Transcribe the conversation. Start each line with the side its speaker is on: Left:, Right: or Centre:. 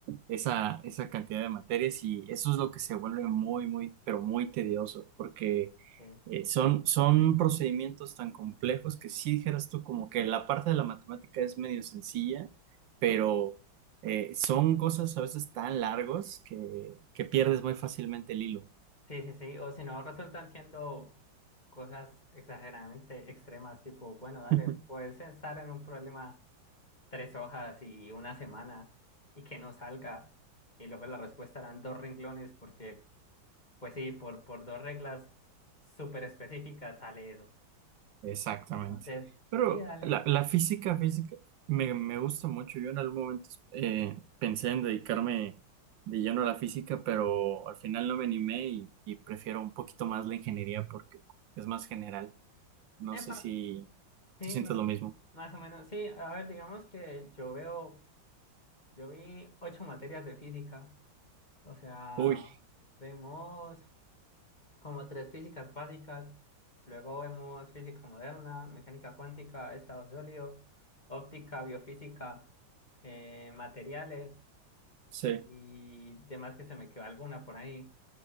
Right: esa, esa cantidad de materias y eso es lo que se vuelve muy, muy, pero muy tedioso, porque
Left: Sí,
Right: eh, son, son procedimientos tan complejos que si dijeras tú como que la parte de la matemática es medio sencilla, pero eh, son cosas a veces tan largos que, que pierdes muy fácilmente el hilo.
Left: sí, sí, sí. O si no, resultan siendo cosas exageradamente extremas, tipo, bueno, dale,
Right: <laughs>
Left: puedes pensar en un problema. tres hojas y una semana y que no salga. Y luego la respuesta eran dos renglones porque, pues sí, por, por dos reglas súper específicas sale eso.
Right: Exactamente.
Left: Entonces,
Right: Pero
Left: sí, dale.
Right: la, la física, física, me, me gusta mucho. Yo en algún momento eh, pensé en dedicarme de lleno a la física, pero al final no me animé y, y prefiero un poquito más la ingeniería porque es más general. No
Left: Epa,
Right: sé si
Left: sí,
Right: tú sientes
Left: ma-
Right: lo mismo.
Left: más o menos. Sí, a ver, digamos que yo veo, yo vi ocho materias de física, o sea,
Right: Uy,
Left: vemos... como tres físicas básicas, luego vemos física moderna, mecánica cuántica, estado sólido, óptica, biofísica, eh, materiales
Right: sí.
Left: y demás que se me quedó alguna por ahí.